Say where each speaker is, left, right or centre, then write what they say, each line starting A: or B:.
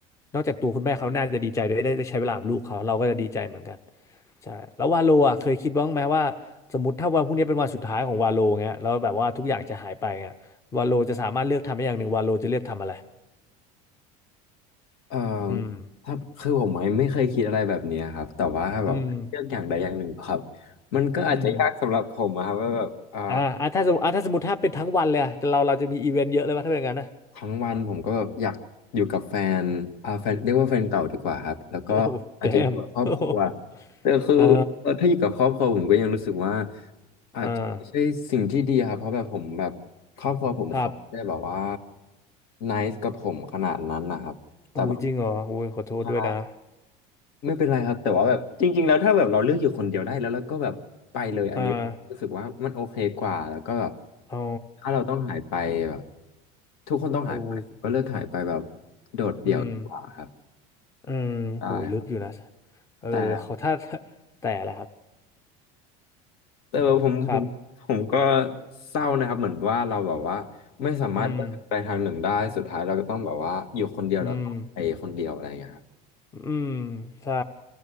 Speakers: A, on the left; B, on the left.
A: นอกจากตัวคุณแม่เขาน่าจะดีใจได้ได้ได้ใช้เวลากับลูกเขาเราก็จะดีใจเหมือนกันใช่แล้ววาโลอ่ะเคยคิดบ้างไหมว่าสมมติถ้าวันพรุ่งนี้เป็นวันสุดท้ายของวาโลเงี้ยแล้วแบบว่าทุกอย่างจะหายไปเงี้ยวาโลจะสามารถเลือกทำได้อย่างหนึ่งวาโลจะเลือกทำอะไร
B: เออ
A: อืม
B: ถ้าคือผมไม่ไม่เคยคิดอะไรแบบเนี้ยครับแต่ว่าแบบเลือกอย่างใดอย่างหนึ่งครับ
A: อืม
B: มันก็อาจจะยากสำหรับผมอะครับว่าแบบอ่า
A: อืม อ่าอ่าถ้าสมมติอ่าถ้าสมมติถ้าเป็นทั้งวันเลยอะแต่เราเราจะมีอีเวนต์เยอะเลยว่าถ้าเป็นอย่างนั้นนะ
B: ทั้งวันผมก็แบบอยากอยู่กับแฟนอ่าแฟนเรียกว่าแฟนเก่าดีกว่าครับแล้วก็อาจจะอยู่กับครอบครัว
A: <laughs> โอ้แดมโอ้ damn <laughs>
B: แต่คือเออถ้าอยู่กับครอบครัวผมก็ยังรู้สึกว่า
A: อ่า
B: อาจจะไม่ใช่สิ่งที่ดีครับเพราะแบบผมแบบครอบครัวผมเขาไม่ได้แบบว่า
A: อ่าครับ
B: nice กับผมขนาดนั้นนะครับแต่แบบ
A: อุ้ยจริงเหรออุ้ยขอโทษด้วยนะ
B: ใช่ ไม่เป็นไรครับแต่ว่าแบบจริงๆแล้วถ้าแบบเราเลือกอยู่คนเดียวได้แล้วเราก็แบบไปเลยอันนี้รู้สึกว่ามันโอเคกว่าแล้วก็แบบ
A: อ่าอ๋อ
B: ถ้าเราต้องหายไปแบบทุกคนต้องหายไปก็เลือกหายไปแบบ
A: เอออุ้ย
B: โดดเดี่ยวดีกว่าครับ
A: อืมอืมโหลึกอยู่นะ
B: ได้ครับ
A: เออเขอถ้า
B: แต่
A: แต่ละครับ
B: แต่ว่าผมผมผมก็
A: ครับ
B: เศร้านะครับเหมือนว่าเราแบบว่าไม่สามารถเลือกทางใดทางหนึ่งได้สุดท้ายเราก็ต้องแบบว่าอยู่คนเดียวแล้วก็ไปคนเดียวอะไรอย่างเงี้ยครับ
A: อืมอืม อืมใช่